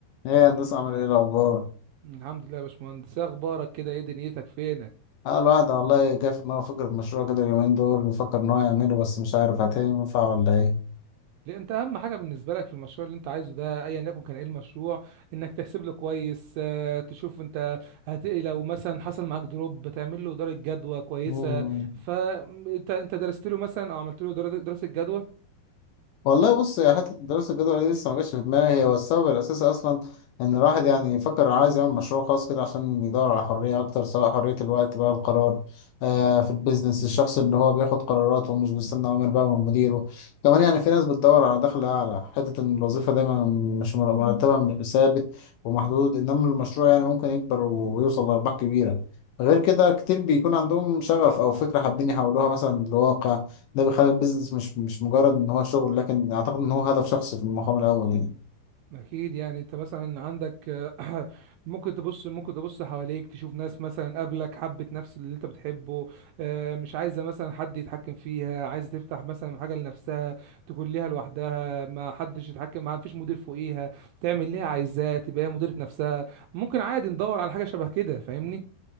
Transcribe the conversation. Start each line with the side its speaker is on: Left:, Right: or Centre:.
Left: ايه هندسة عامل ايه الأخبار؟
Right: الحمد لله يا باشمهندس إيه اخبارك كده ايه دنيتك فينك
Left: اه الواحد والله جه في دماغه فكرة مشروع كده اليومين دول بيفكر إن هو يعمله بس مش عارف هتنفع ولا ايه؟
Right: لأ انت اهم حاجه بالنسبه لك في المشروع اللي انت عايزه ده ايا يكن كان ايه المشروع انك تحسب له كويس آه، تشوف انت هت... لو مثلا حصل معاك دروب بتعمل له اداره جدوى كويسه
Left: مم.
Right: فانت انت أنت درست له مثلا او عملت له درا- دراسه جدوى
Left: والله بص يا حتة دراسة الجدوى دي لسه ما جاتش في دماغي هي والسبب الأساسي أصلا إن الواحد يعني يفكر عايز يعمل مشروع خاص كده عشان يدور على حرية أكتر سواء حرية الوقت بقى القرار آه في البيزنس الشخص اللي هو بياخد قراراته ومش بيستنى أوامر بقى من مديره كمان يعني في ناس بتدور على دخل أعلى حتة إن الوظيفة دايما مش مر- مرتبها م- ثابت ومحدود إنما المشروع يعني ممكن يكبر ويوصل لأرباح كبيرة غير كده كتير بيكون عندهم شغف أو فكرة حابين يحولوها مثلا لواقع ده بيخلي البيزنس مش مش مجرد ان هو شغل لكن اعتقد ان هو هدف شخصي في المقام الاول يعني
Right: اكيد يعني انت مثلا عندك آه، <clears throat> ممكن تبص ممكن تبص حواليك تشوف ناس مثلا قبلك حبت نفس اللي انت بتحبه آه، مش عايزه مثلا حد يتحكم فيها عايزه تفتح مثلا حاجه لنفسها تكون ليها لوحدها ما حدش يتحكم معاها مفيش مدير فوقيها تعمل اللي هي عايزاه تبقى هي مديره نفسها ممكن عادي ندور على حاجه شبه كده فاهمني